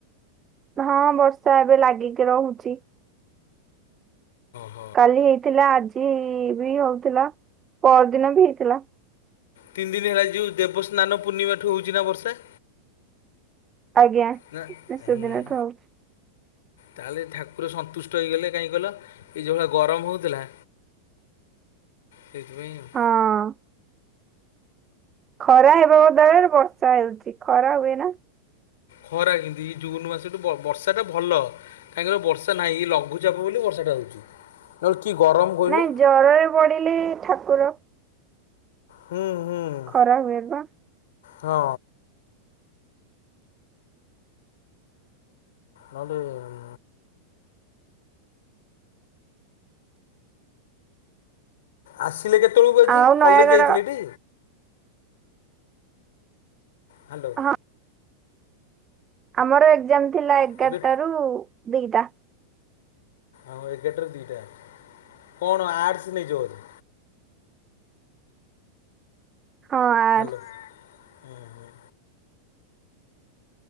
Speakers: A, on the right; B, on the left.
A: ହଁ ବର୍ଷା ଏବେ ଲାଗିକି ରହୁଚି।
B: ହଁ।
A: କାଲି ହେଇଥିଲା ଆଜି ବି ହୋଉଥିଲା ପରଦିନ ବି ହେଇଥିଲା।
B: ତିନି ଦିନ ହେଲା ଯେଉଁ ଦେବସ୍ନାନ ପୂର୍ଣ୍ଣିମାଠୁ ହୋଉଚି ନା ବର୍ଷା?
A: ଆଜ୍ଞା ନିସେଦିନ
B: ନା ହୁଁ
A: ଠୁ ହୋଉଚି।
B: ତାହେଲେ ଠାକୁର ସନ୍ତୁଷ୍ଟ ହେଇଗଲେ କାହିଁ କହିଲ ଏ ଯୋଉ ଭଳିଆ ଗରମ ହୋଉଥିଲା ସେଇଥିପାଇଁ ଆଉ
A: ହଁ। ଖରା ହେବା ବଦଳରେ ବର୍ଷା ହେଉଚି ଖରା ହୁଏ ନା।
B: ଖରା କେଏନ୍ତୀ ଜୁନ୍ ମାସଠୁ ବ ବର୍ଷାଟା ଭଲ କାହିଁକିନା ବର୍ଷା ନାହିଁ ଲଘୁଚାପ ବୋଲି ବର୍ଷାଟା ହୋ ଉଚି ନହେଲେ କି ଗରମ କହିଲ।
A: ନାଇଁ ଜରରେ ପଡ଼ିଲି ଠାକୁର
B: ହୁଁ ହୁଁ।
A: ଖରା ହୁଏ ପା।
B: ହଁ। ନହେଲେ ଉମ ଆସିଲେ କେତେବେଳକୁ ଆଜି
A: ଆଉ ନୟାଗଡ
B: କଲେଜ ଯାଇଥିଲେ ଟି? ହାଲୋ।
A: ହଁ ଆମର ଏଗଜାମ ଥିଲା ଏଗାରଟା
B: ଏବେ
A: ରୁ ଦିଇଟା।
B: ଆମର ଏାଗାରଟା ରୁ ଦିଇଟା କଣ ଆର୍ଟସ୍ ନେଇଚ ବୋଧେ?
A: ହଁ ଆର୍ଟସ।
B: ହାଲୋ ହୁଁ ହୁଁ।